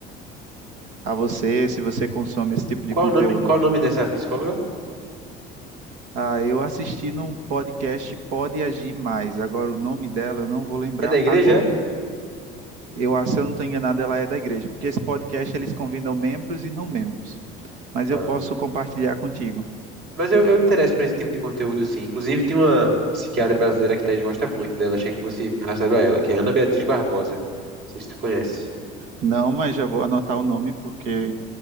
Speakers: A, on the right (about 90°); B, on the right (about 60°).
A: a você, se você consome esse tipo de
B: Qual
A: conteúdo.
B: o nome, qual o nome dessa psicóloga?
A: Ah, eu assisti num podcast Pode Agir Mais. Agora o nome dela eu não vou lembrar
B: É da igreja,
A: agora.
B: é?
A: Eu acho, se eu não estou enganado, ela é da igreja, porque esse podcast eles convidam membros e não membros. Mas
B: Ah.
A: eu posso compartilhar contigo.
B: Mas eu, eu me interesso por esse tipo de conteúdo, sim. Inclusive, tem uma psiquiatra brasileira que Thaís gosta muito dela, achei que fosse relacionado a ela, que é Ana Beatriz Barbosa. Não sei se tu conhece.
A: Não, mas já vou anotar o nome porque